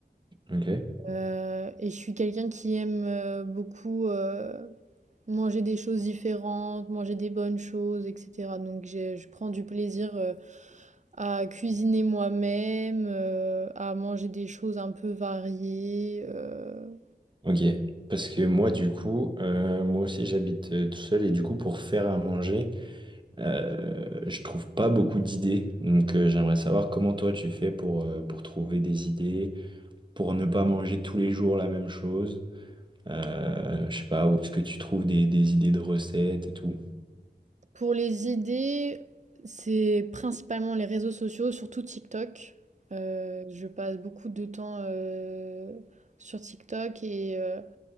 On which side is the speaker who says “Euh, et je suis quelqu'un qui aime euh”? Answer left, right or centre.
Right